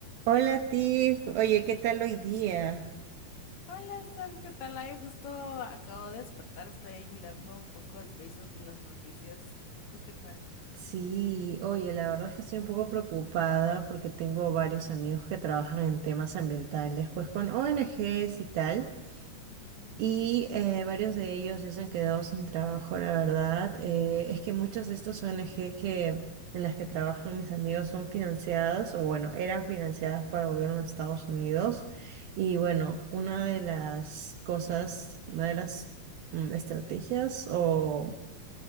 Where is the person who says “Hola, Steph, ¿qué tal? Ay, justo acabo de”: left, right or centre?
Left